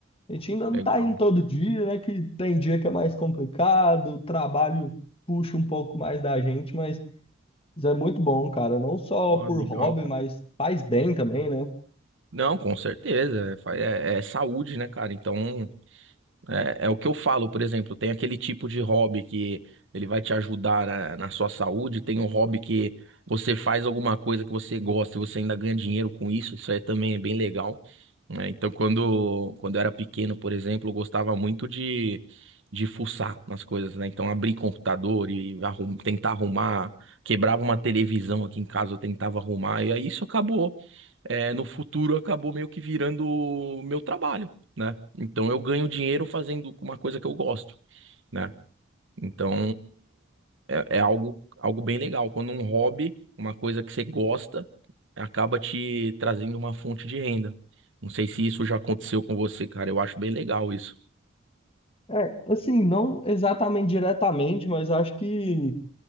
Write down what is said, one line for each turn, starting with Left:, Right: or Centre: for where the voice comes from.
Left: A gente ainda
Right: legal.
Left: não tá indo todo dia, né? Que tem dia que é mais complicado, o trabalho puxa um pouco mais da gente, mas isso é muito bom, cara. Não só
Right: Ó,
Left: por
Right: legal.
Left: hobby, mas faz bem também, né?
Right: Não, com certeza. É, fa- é- é saúde, né, cara? Então, é, é o que eu falo, por exemplo, tem aquele tipo de hobby que ele vai te ajudar na, na sua saúde, tem um hobby que você faz alguma coisa que você gosta e você ainda ganha dinheiro com isso, isso aí também é bem legal, né? Então, quando, quando eu era pequeno, por exemplo, eu gostava muito de, de fuçar nas coisas, né? Então, abrir computador e arrum, tentar arrumar, quebrava uma televisão aqui em casa, eu tentava arrumar, e aí isso acabou é, no futuro acabou meio que virando o meu trabalho, né? Então eu ganho dinheiro fazendo uma coisa que eu gosto, né? Então é, é algo, algo bem legal. Quando um hobby, uma coisa que você gosta, acaba te trazendo uma fonte de renda. Não sei se isso já aconteceu com você, cara. Eu acho bem legal isso.
Left: É, assim, não exatamente diretamente, mas acho que